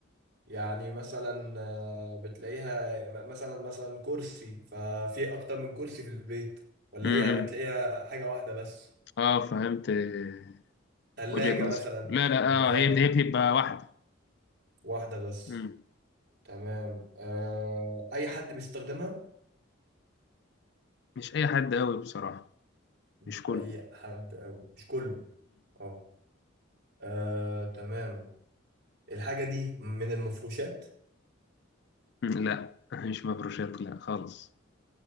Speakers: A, on the right; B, on the left.
A: يعني مثلا آه، بتلاقيها م- مثلا مثلا كرسي ففي اكتر من كرسي في البيت ولا
B: امم
A: هي بتلاقيها حاجة واحدة بس
B: اه فهمت آه،
A: ثلاجة
B: وجهه نظر
A: مثلا
B: لا لا
A: انت فاهم
B: اه هي هي بتبقى واحده
A: واحدة بس
B: امم
A: تمام آه، اي حد بيستخدمها
B: مش اي حد قوي بصراحه
A: مش
B: مش كله
A: اي حد او مش كله اه آه، تمام الحاجة دي من المفروشات
B: لا مش مفروشات لا خالص